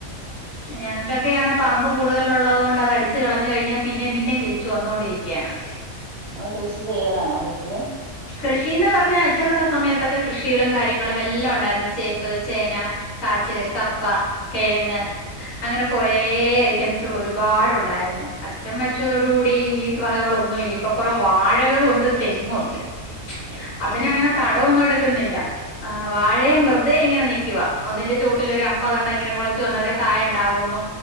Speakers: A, on the left; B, on the right.
A: ഞങ്ങക്കൊക്കെ ആണേ പറമ്പ് കൂടുതലുള്ളത് കൊണ്ട് അത് അടിച്ച് കളഞ്ഞു കഴിഞ്ഞാ പിന്നെയും പിന്നെയും കിളിച്ച് വന്നോണ്ടിരിക്കുകയാണ്
B: ഇങ്ങള് കൃഷി ചെയ്യലാണോ വീട്ടില്?
A: കൃഷീന്ന് പറഞ്ഞാ അച്ഛനുള്ള സമയത്തൊക്കെ കൃഷികളും കാര്യങ്ങളും എല്ലാം ഒണ്ടായിരുന്നു ചേമ്പ്, ചേന കാച്ചില്, കപ്പ, കിഴങ്ങ് അങ്ങനെ കൊറേ ഐറ്റംസുകള് ഒരുപാടുണ്ടായിരുന്നു അച്ഛൻ മരിച്ചതോടു കൂടി ഈ വകകളൊന്നും ഇല്ല ഇ പ്പൊ കൊറ വാഴകളുണ്ട്, തെങ്ങുണ്ട്
B: അതെ
A: അതിനങ്ങനെ തടവൊന്നും എടുക്കുന്നില്ല വാഴയും വെറുതെ ഇങ്ങനെ നിക്കുവ ഒന്നിന്റെ ചൂവട്ടില് ഒരു അമ്പതെണ്ണം ഇങ്ങനെ കൊളച്ച് വന്നതെ കായ ഇണ്ടകുന്നു